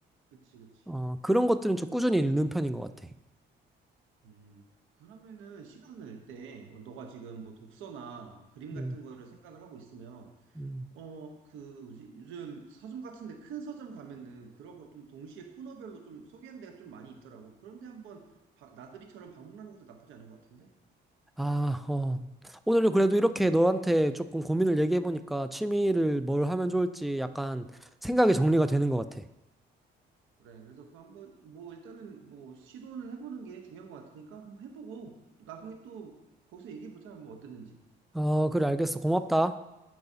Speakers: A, on the right; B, in the centre.
A: 그치, 그치.
B: 어, 그런 것들은 좀 꾸준히 읽는 편인 것 같아.
A: 음, 그러면은 시간 날 때, 어, 너가 지금 뭐 독서나 그림
B: 음,
A: 같은 거를 생각을 하고 있으면,
B: 음.
A: 어, 그, 뭐지? 요즘 서점 같은데 큰 서점 가면은 그런 거 좀 동시에 코너별로 좀 소개하는 데가 좀 많이 있더라고. 그런데 한번 바- 나들이처럼 방문하는 것도 나쁘지 않은 것 같은데?
B: 아, 어. 오늘은 그래도 이렇게 너한테 조금 고민을 얘기해보니까 취미를 뭘 하면 좋을지 약간 생각이 정리가 되는 것 같아.
A: 그래. 그래서 그 한번 뭐 일단은 뭐 시도는 해보는 게 중요한 것 같으니까 한번 해보고 또 나중에 또 거기서 얘기해 보자. 뭐 어땠는지.
B: 어, 그래, 알겠어. 고맙다.